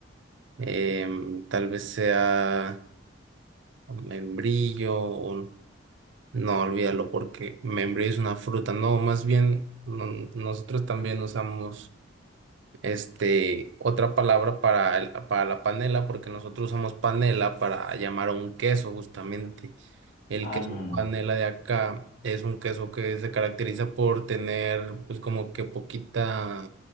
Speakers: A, on the right; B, on the left.
A: em, tal vez sea membrillo, o- no, olvídalo porque membrillo es una fruta, no, más bien no- nosotros también usamos este, otra palabra para, el- para la panela, porque nosotros usamos panela para llamar a un queso justamente. El
B: ah,
A: queso
B: no, no.
A: panela de acá es un queso que se caracteriza por tener, pues como que poquita,